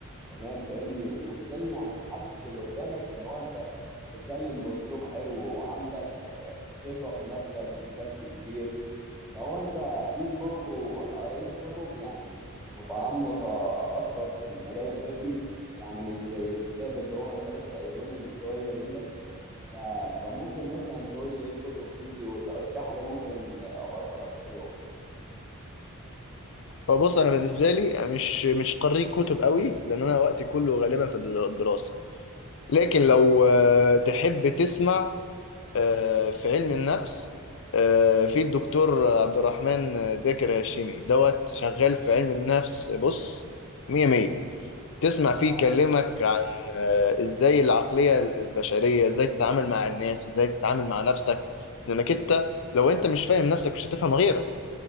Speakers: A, in the centre; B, on the left.
A: تمام فاهمني وازاي يعني تحسس اللي قدامك ان هو انت بتتكلم باسلوب حلو وعندك آه، ثقة في نفسك بشكل كبير فهو انت اكيد برضو قريت كتب يعني مش متعمقة اكتر في المجال الطبي يعني مش زي الكتاب اللي هو انت لسه قايلوني من شوية دي ده ف... فممكن مثلا تقول لي ايه الكتب دي دي وترشح لي ممكن ابقى اقرا ايه فيهم
B: فبص انا بالنسبه لي مش مش قارئ كتب قوي لان انا وقتي كله غالبا في الدراسه لكن لو آه، تحب تسمع آه، في علم النفس آه، في الدكتور عبد الرحمن آه، داكر هاشمي دوت شغال في علم النفس بص مية مية تسمع فيه
A: اه
B: يكلمك عن آه، ازاي العقلية البشرية ازاي تتعامل مع الناس ازاي تتعامل مع نفسك لانك انت لو انت مش فاهم نفسك مش هتفهم غيرك